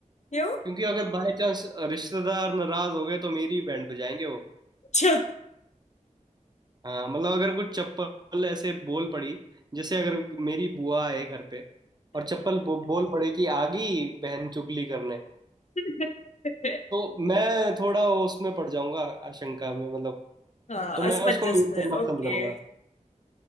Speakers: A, on the left; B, on the right.
A: क्यों
B: क्योंकि अगर बाय चांस रिश्तेदार नाराज हो गए तो मेरी बैंड बजाएंगे वो
A: अच्छा
B: हाँ मतलब अगर कुछ चप्पल ऐसे बोल पड़ी जैसे अगर मेरी बुआ है घर पे और चप्पल बो, बोल पड़े कि आ गई बहन चुगली करने
A: <laughs>
B: तो मैं थोड़ा उसमें पड़ जाऊंगा आशंका में मतलब
A: हाँ
B: तो मैं
A: असमंजस
B: उसको म्यूट
A: में
B: करना पसंद
A: ओके
B: करूंगा